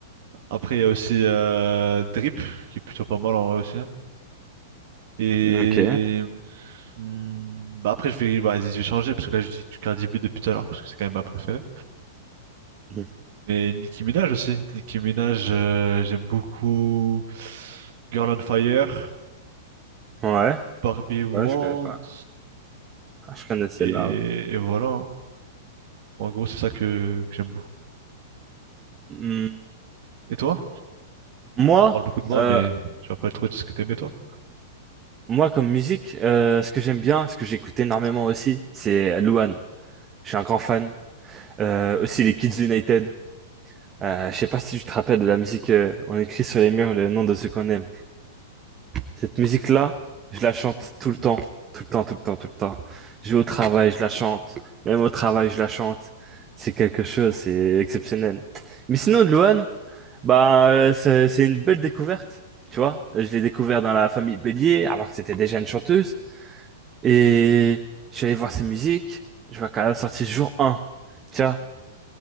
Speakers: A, on the right (about 50°); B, on the right (about 25°).
A: Après, il y a aussi euh, Drip, qui est plutôt pas mal en vrai aussi. hein. Et
B: Ok.
A: hmm, bah après, je vais, bah, vas-y, je vais changer, parce que là, je dis du Cardi B depuis tout à l'heure, parce que c'est quand même ma préférée.
B: Mhm.
A: Mais Nicki Minaj aussi. Nicki Minaj, euh, j'aime beaucoup Girl on Fire,
B: Ouais.
A: Barbie World,
B: Ouais, je connais pas. Ah, Je connais celle-là.
A: et,
B: ouais.
A: et voilà. hein. En gros, c'est ça que, que j'aime beaucoup.
B: Hmm.
A: Et toi?
B: Moi,
A: On parle beaucoup de moi,
B: euh,
A: mais tu vas pas trop dire ce que t'aimais, toi?
B: moi, comme musique, euh, ce que j'aime bien, ce que j'écoute énormément aussi, c'est Luan. Je suis un grand fan. Euh, aussi les Kids United. Euh, je sais pas si tu te rappelles de la musique, euh, on écrit sur les murs le nom de ceux qu'on aime. Cette musique-là, je la chante tout le temps, tout le temps, tout le temps, tout le temps. Je vais au travail, je la chante. Même au travail, je la chante. C'est quelque chose, c'est exceptionnel. Mais sinon, Luan, bah, euh, c'est c'est une belle découverte, tu vois. Je l'ai découvert dans la famille Bélier, alors que c'était déjà une chanteuse. Et je suis allé voir ses musiques. Je vois qu'elle a sorti jour un. Tiens,